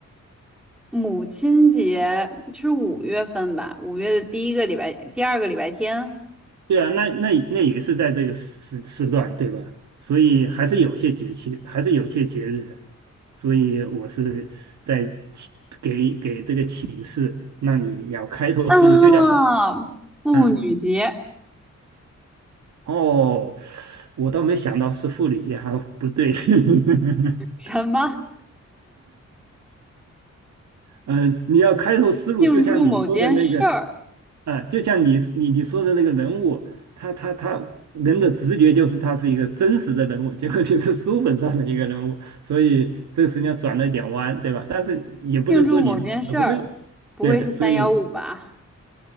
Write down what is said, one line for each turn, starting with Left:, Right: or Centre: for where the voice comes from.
Centre: 母亲节是五月份吧？五月的第一个礼拜，第二个礼拜天。
Right: 对啊，那那那也是在这个时时段，对吧？所以还是有些节气，还是有些节日的。所以我是在启给给这个启示，让你要开拓思路，
Centre: 啊，
Right: 就叫
Centre: 妇女节
Right: 啊。哦，我倒没想到是护理学，还不对。<laughs>
Centre: 什么？
Right: 嗯，呃你要开拓思路，
Centre: 庆祝某件事儿，
Right: 就像你说的那个啊，就像你你你说的那个人物，他他他人的直觉就是他是一个真实的人物，结果你是书本上的一个人物，所以这个实际上转了一点弯，对吧？但是也不能说你转的不对，
Centre: 庆祝某件事儿，不会是三幺五吧？
Right: 对，所以